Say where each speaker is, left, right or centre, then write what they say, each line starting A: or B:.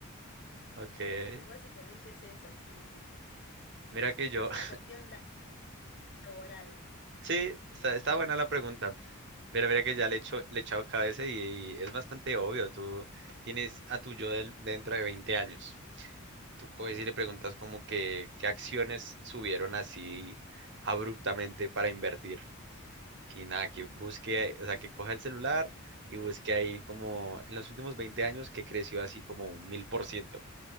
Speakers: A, on the right (about 55°); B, on the left (about 55°).
A: ok.
B: Básicamente es esa, sí, sí.
A: Mira que yo.
B: Es una
A: <laughs>
B: cuestión la- laboral.
A: Sí, está, está buena la pregunta. Pero mira que ya le he hecho, le he echado cabeza y, es bastante obvio. Tú tienes a tu yo del- dentro de 20 años. Tú coges y le preguntas como que qué acciones subieron así abruptamente para invertir. Y nada, que busque, o sea, que coja el celular y busque ahí como en los últimos 20 años que creció así como un mil por ciento,